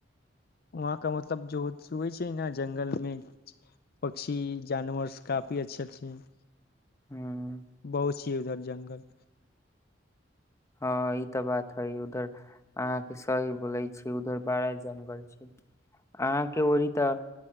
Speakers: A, on the left; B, on the left.
A: वहाँ क मतलब जोइ छै ने जंगल मे पक्षी जानवर काफी अच्छा छै <inaudible>
B: हूँ
A: के उधर जंगल
B: ह ई तऽ बात हय उधर अहां के सही बोलै छी उधर बारा जंगल छै अहाँ के ओड़ी तऽ